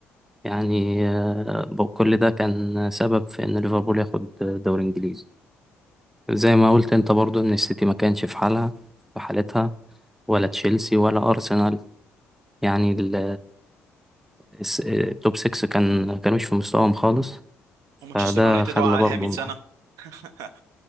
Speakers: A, in the centre; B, on the right.
A: يعني آه، ب- كل ده كان سبب في إن ليفربول ياخد دوري إنجليزي زي ما قلت أنت برضو إن السيتي ما كانش في حالها في حالتها ولا تشيلسي ولا أرسنال يعني ال- الس- التوب 6 كان كانوش في مستواهم خالص
B: ومانشستر
A: فده
B: يونايتد
A: خلى
B: وقع عليها
A: برضو
B: 100 سنة
A: مع-
B: <laughs>